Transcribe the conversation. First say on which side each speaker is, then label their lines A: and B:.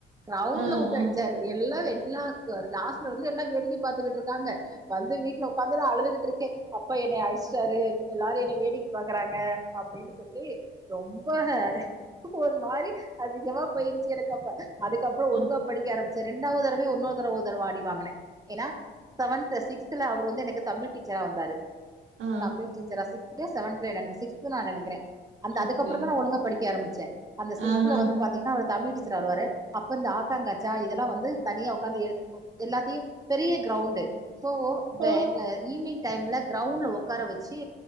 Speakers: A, on the right; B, on the right.
A: கிரவுண்
B: ஆ, ஆ,
A: ட்லவிட்டு அடிச்சாரு எல்லா வெ எல்லா ச கிளாஸ்ல இருந்து எல்லா வேடிக்கி பாத்துட்டு இருக்காங்க வந்து வீட்டுல உக்காந்து நா அழுதுகுட்டுருக்கே அப்ப என்னைய அடிச்ட்டாரு எல்லாரு என்ன வேடிக்க பாக்குறாங்க அப்டின்னு சொல்லி ரொம்ப ஒரு மாரி அசிங்கமா போயிருச்சு எனக்கப்ப அதுக்கப்புறோ ஒழுங்கா
B: அ,
A: படிக்க ஆரம்பிச்ச ரெண்டாவது தடவயு ஒன்னோரு தடவ ஒரு தடவ அடிவாங்குன்னே ஏன்னா செவன்த் சிக்ஸ்தல அவர் வந்து எனக்கு தமிழ் டீச்சரா வந்தாரு
B: ஆ.
A: தமிழ் டீச்சரா சிக்ச்துலயோ செவன்த்லயோ நனக்கே சிக்ஸ்து நா நெனைக்கிறே அந்த
B: ஓகே.
A: அதுக்கப்புறோ தா நா ஒழுங்க படிக்க ஆரம்பிச்சே அந்த சிக்ஸ்துல
B: ஆஹ.
A: வந்து பாத்தீங்கன்னா தமிழ் டீச்சரா வருவாரு அப்ப இந்த ஆக்காங்கா ச்சா இதெல்லா வந்து தனியா உக்காந்து எழுது எல்லாத்தையு பெரிய கிரவுண்டு சோ த
B: அ.
A: த ஈவினிங் டைம்ல கிரவுண்ட்ல ஒக்கார வெச்சு